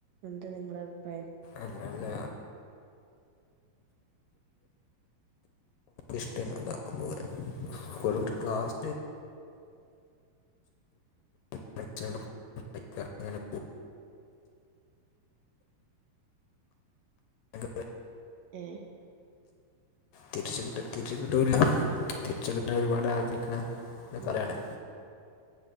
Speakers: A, on the right; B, on the left.
A: എന്താ നിങ്ങള അഭിപ്രായം
B: അല്ലല്ല ഇഷട്ടൊന്നുല്ല ഞാൻ പോവൂല്ല സ്കൂളി ക്ലാസ്സിൽ <inaudible> <inaudible> ഞങ്ങൾക്ക്
A: ഏഹ്
B: തിരിച്ച കിട്ട തിരിച്ച കിട്ടുല്ല തിരിച്ച കിട്ടാൻ ഒരുപാട് ആഗ്രഹിക്കണ ഒരു
A: ഉം
B: കലയാണ്